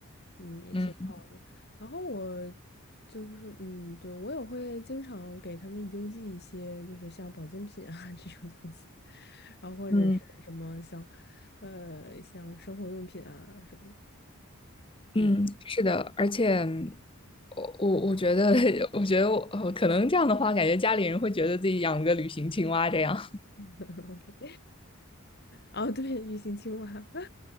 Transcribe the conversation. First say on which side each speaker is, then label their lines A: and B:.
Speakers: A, on the left; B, on the left.
A: 嗯，也挺好的。
B: 嗯
A: 然后我就是，嗯，对，我也会经常给他们邮寄一些，就是像保健品啊 <laughs> 这种东西，然后或者是什么像，
B: 嗯
A: 呃，像生活用品啊什么的。嗯
B: 嗯，是的，而且我我我觉得，<laughs> 我觉得我呃可能这样的话，感觉家里人会觉得自己养个旅行青蛙这样。
A: <laughs>，OK。哦，对，鱼形青蛙，<laughs>